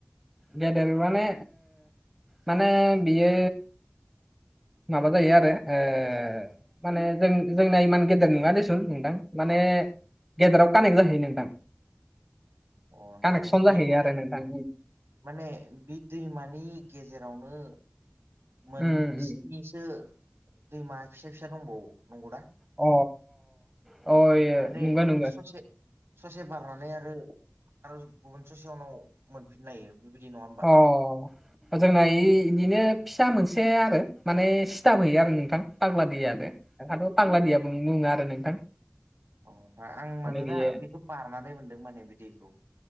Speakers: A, in the centre; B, on the right (about 85°).
A: गेदेर माने माने बेयो माबा जायो आरो ओ माने जों-जोंना इमान गेदेर नङा देसुन नोंथां माने गेदेराव कानेक्ट जाहैयो नोंथां
B: अ नोंथां
A: कानेक्सन
B: बे
A: जाहैयो
B: माने
A: आरो नोंथां।
B: माने बि दैमानि गेजेरावनो मोनस्निसो
A: उम उम
B: दैमा फिसा फिसा दंबावो नंगौ दा?
A: अ अ
B: माने
A: नंगौ नंगौ
B: स ससे ससे बारनानै आरो आरो गुबुन ससे उनाव मोनफिनलायो। बिबादि नङा होमबा
A: अह। जोंना इ-इबिदिनो फिसा मोनसे आरो माने सिथाब हैयो आरो नोंथां पाग्ला दैयानो। ओंखायथ' पाग्लादिया नुङाबो आरो नोंथां।
B: अ आं मानोना
A: माने बियो
B: बेखौ बानानै मोनदों माने बि दैखौ।